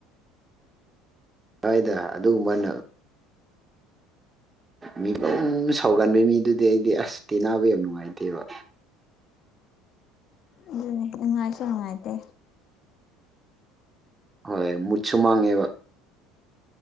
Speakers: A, on the right; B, on the left.
A: ꯍ‌ꯣꯏꯗ ꯑꯗꯨꯒꯨꯝꯃꯥꯏꯅ ꯃꯤ ꯗꯨꯝ ꯁꯥꯎꯒꯟꯕ ꯃꯤꯗꯨꯗꯤ ꯑꯩꯗꯤ ꯑꯁ ꯇꯤꯟꯅꯕ ꯌꯥꯝ ꯅꯨꯡꯉꯥꯏꯇꯦꯕ
B: ꯑꯗꯨꯅꯦ ꯅꯨꯡꯉꯥꯏꯁꯨ ꯅꯨꯡꯉꯥꯏꯇꯦ
A: ꯍꯣꯏ ꯃꯨꯠꯁꯨ ꯃꯥꯡꯉꯦꯕ